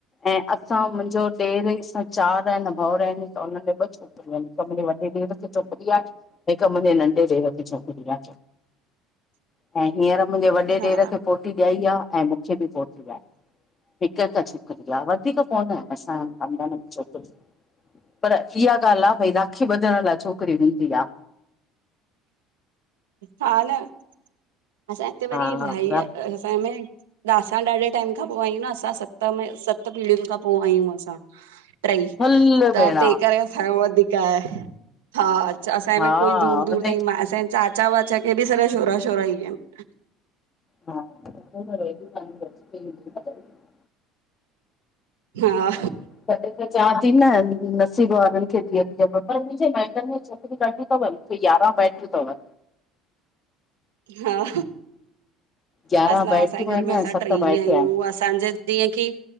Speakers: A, on the left; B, on the right.
A: ऐं असां मुंजो ॾेर इ साई चार आहिन भावर आहिन त हुन में ॿ छोकिरूंयू आहिन हिक मुंजे वॾे ॾेर खे छोकरी आ हिक मुंजे नंढे ॾेर खे छोकरी आ।
B: <inaudible>
A: ऐं हींअर मुंजे वॾे
B: हा
A: ॾेर खे पोट्री ॾायी आ ऐं मुखे बि पो हिक-हिक छोकरी आ वधीक कोन्ह असां जे खांदान में छोकरियू। पर इहा ॻाल्ह आ भई राखी ॿधण लाइ छोकरी हूंदी आ।
B: हा न असां हिते वरी
A: हा
B: इल्हाई आ असांजे में ॾ असां ॾाढे टाइम पो आहियूं न असां सत में सत पीढ़ियुन खां पो आहियूं असां। टृई
A: हल
B: त
A: भेण
B: तेह करे असांजो वधीक आए हा असांजे
A: हा
B: में कोई दूर-दूर
A: हुन
B: ताईं मा असांजे चाचा वाचा खे बि सॼा छोरा छोरा हिन। <unintelligible>
A: हा व <unintelligible>
B: हा
A: अ <unintelligible> त चां ती न नसीब वारन खे धीअरू ॼमंदियू पर‌ मुजे माइटनि में छोकरियूं ॾाढियु। अथव मुखे यारहां बैटरियूं तव।
B: हा
A: यारहं
B: असां,
A: भाइटियूं
B: असांजे
A: आहिनि
B: घर में
A: ऐं
B: असां
A: सत
B: त्रे ही
A: भाइटिया
B: आहियूं असांजे जीअं की